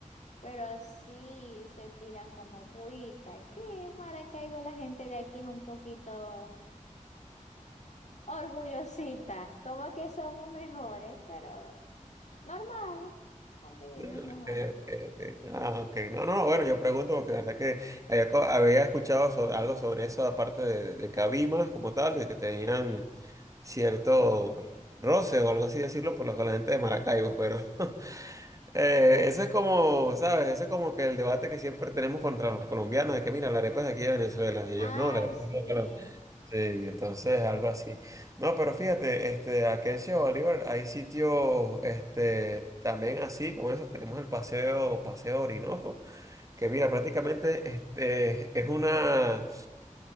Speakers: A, on the left (about 60°); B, on the right (about 25°).
A: Pero así se tiran como puita. Es que en Maracaibo la gente de aquí es un poquito orgullosita. Como que somos mejores, pero normal. Convivimos
B: Okay,
A: mejor.
B: okay, okay. Ah, ok. No, no, bueno, yo pregunto porque la verdad que había, co- había escuchado so- algo sobre eso, aparte de, de Cabimas como tal, de que tenían cierto roce o algo así decirlo por la, con la gente de Maracaibo, pero <laughs> eh, eso es como, ¿sabes? Eso es como que el debate que siempre tenemos contra los colombianos, de que mira, la arepa es de aquí de Venezuela, y ellos
A: Ay,
B: no, la arepa
A: sí.
B: es de Colombia. Sí, entonces algo así. No, pero fíjate, este, aquí en Ciudad Bolívar hay sitios, este, también así, como eso tenemos el paseo, paseo Orinoco, que mira, prácticamente, este, es una,